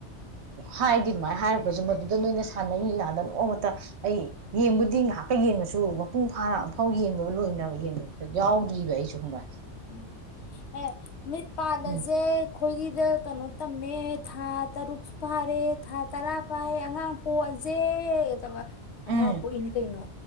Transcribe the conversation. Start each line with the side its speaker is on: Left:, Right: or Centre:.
Right: ꯍꯥꯏꯗꯤ ꯑꯗꯨꯃꯥꯏꯅ ꯍꯥꯏꯔꯛꯄꯁꯨ ꯃꯗꯨꯗ ꯅꯣꯏꯅ ꯁꯥꯟꯅꯅꯤ ꯂꯥꯟꯗ ꯅꯣꯡꯃꯇ ꯑꯩ ꯌꯦꯡꯕꯨꯗꯤ ꯉꯥꯏꯍꯥꯛꯀ ꯌꯦꯡꯉꯁꯨ ꯃꯄꯨꯡ ꯐꯥꯅ ꯑꯃꯝꯐꯥꯎ ꯌꯦꯡꯕ ꯂꯣꯏ ꯌꯦꯡꯕ ꯌꯥꯎꯗ꯭ꯔꯤꯕ ꯑꯩꯁꯨ ꯁꯨꯝꯕ
Left: ꯎꯝ ꯑꯦ ꯃꯤꯠ ꯄꯥꯜꯂꯁꯦ
Right: ꯎꯝ
Left: ꯑꯩꯈꯣꯏꯒꯤꯗ ꯀꯩꯅꯣ ꯇꯝꯃꯦ ꯊꯥ ꯇꯔꯨꯛꯁꯨ ꯐꯥꯔꯦ ꯊꯥ ꯇꯔꯥ ꯐꯥꯏꯌꯦꯦ ꯑꯉꯥꯡ ꯄꯣꯛꯑꯁꯦ ꯑꯗꯨꯒ ꯑꯉ
Right: ꯎꯝ
Left: ꯑꯣ ꯏꯅ ꯀꯩꯅꯩꯅꯣ